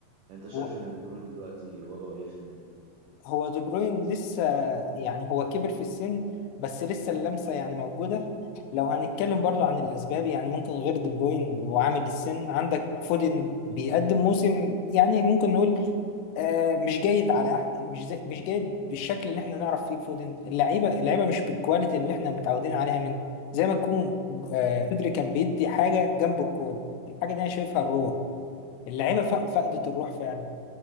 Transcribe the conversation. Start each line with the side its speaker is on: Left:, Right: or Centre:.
Right: أنت شايف
Left: هو
Right: إن دي بروين دلوقتي وضعه إيه في النادي؟
Left: هو دي بروين لسه يعني هو كبر في السن بس لسه اللمسة يعني موجودة لو هنتكلم برضو عن الأسباب يعني ممكن غير دي بروين وعامل السن عندك فودن بيقدم موسم يعني ممكن نقول آه مش جيد على أح- مش زي مش جيد بالشكل اللي احنا نعرف فيه فودن اللعيبة اللعيبة مش بالكواليتي اللي احنا متعودين عليها منه زي ما تكون آه بدري كان بيدي حاجة جنب الكورة الحاجة دي أنا شايفها الروح اللعيبه فق- فقدت الروح فعلا